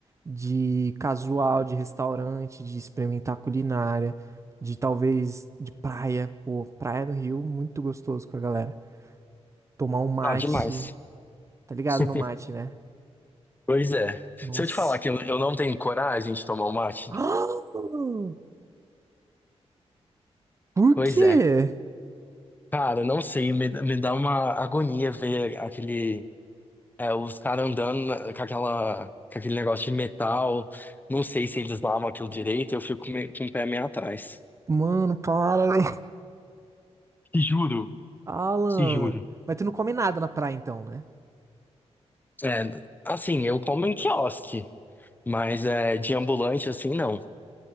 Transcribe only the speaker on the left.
Não, demais.
<laughs>
Pois é.
Se eu te falar que eu eu não tenho coragem de tomar um mate,
pois
é. Cara, não sei, me, me dá uma agonia ver aquele É, os caras andando na- com aquela, com aquele negócio de metal. Não sei se eles lavam aquilo direito, eu fico meio- com o pé meio atrás.
Te juro,
te juro.
É, assim, eu como em quiosque, mas é, de ambulante assim, não.